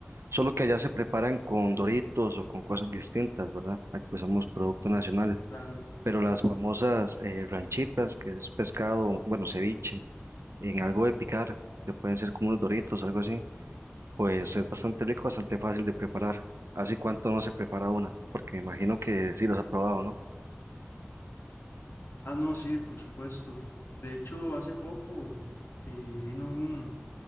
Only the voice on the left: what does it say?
Claro.
Ah, no, sí, por supuesto. De hecho, hace poco eh, vino un,